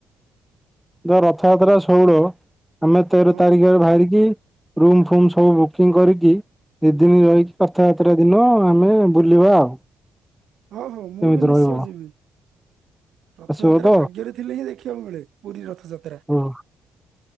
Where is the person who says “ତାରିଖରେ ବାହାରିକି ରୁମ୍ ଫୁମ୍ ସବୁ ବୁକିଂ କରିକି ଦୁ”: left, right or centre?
Centre